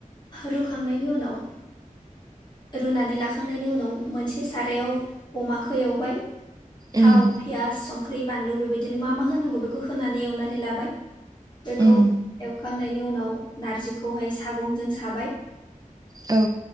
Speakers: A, on the left; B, on the right.
A: रुखांनायनि उनाव रुनानै लाखांनायनि उनाव मोनसे सारायाव अमखौ एवबाय
B: उम
A: थाव फियास संख्रि बानलु बेबायदिनो मा मा होनांगौ बेखौ होनानै एवनानै लाबाय। बेखौ
B: उम
A: एव खो। खांनायनि उनाव। नार्जिखौहाय सागंजों साबाय
B: औ